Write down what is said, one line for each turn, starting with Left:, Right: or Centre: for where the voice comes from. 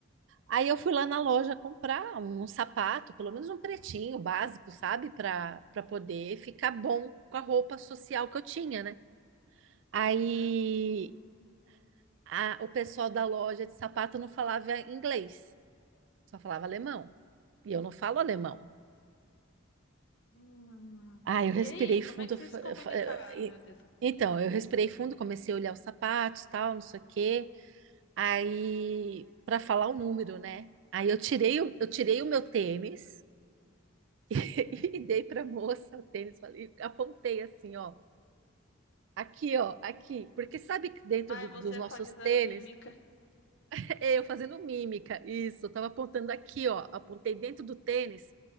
Right: Aí eu fui lá na loja comprar um um sapato, pelo menos um pretinho básico, sabe? Para para poder ficar bom com a roupa social que eu tinha, né? Aí
Left: Uhum.
Right: a- o pessoal da loja de sapato não falava inglês, só falava alemão. E eu não falo alemão.
Left: Hum.
Right: Ah, eu respirei
Left: E aí,
Right: fundo.
Left: como é que vocês
Right: eu fa-
Left: se
Right: eu
Left: comunicaram,
Right: fa- eu- e-
Left: meu Deus?
Right: Então, eu respirei fundo, comecei a olhar os sapatos, tal, não sei o quê. Aí, para falar o número, né? Aí eu tirei, o- eu tirei o meu tênis <laughs> e dei para a moça o tênis, falei, apontei assim, ó, aqui, ó, aqui, porque sabe que dentro
Left: Ai,
Right: do-
Left: você
Right: dos nossos
Left: fazendo
Right: tênis,
Left: mímica.
Right: <laughs> eu fazendo mímica, isso, eu tava apontando aqui, ó, apontei dentro do tênis